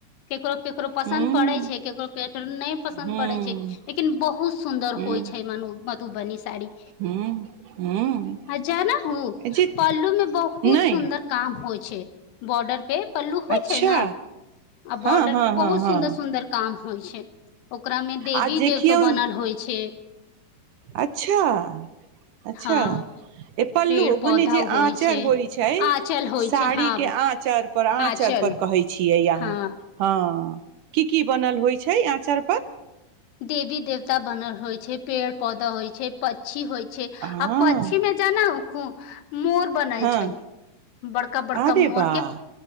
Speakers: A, on the left (about 80°); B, on the right (about 75°).
A: केकरो केकरो पसन्द
B: हूँ
A: पड़य छै केकरो केकरो नहि पसन्द
B: हूँ
A: पड़य छै लेकिन बहुत सुन्दर
B: हूँ
A: होइ छै मन मधुबनी साड़ी
B: हूँ हूँ
A: आ जानहुं
B: जे
A: पललू में बहुत
B: नहि
A: सुन्दर काम होइ छै बॉर्डर पे पल्लू होइ
B: अच्छा
A: छै ने आ बॉर्डर
B: हँ हँ
A: पे
B: हँ
A: बहुत सुन्दर
B: हँ
A: सुंन्दर काम होइ छै ओकरा मे देवी
B: आ देखियौ
A: देवताो बनल होइ छै
B: अच्छा अच्छा
A: हँ
B: पल्लू
A: पेड़
B: मने
A: पौधा
B: जे
A: होइ
B: आँच
A: छै
B: र होइ छै
A: आँचल होइ
B: साड़ी
A: छै हँ
B: के आंचर पर आँचर
A: आँचल
B: पर कहै छियै अहाँ
A: हँ
B: हँ की की बनल होइ छै आँचरपर
A: देवी देवता बनल होइ छै पेड़ पौधा होइ छै पक्षी होइ छै
B: हँ
A: आ पछीमे जाना खूं मोर बनल
B: हँ
A: छै बड़का बड़का
B: अरे
A: मोर
B: वाह
A: के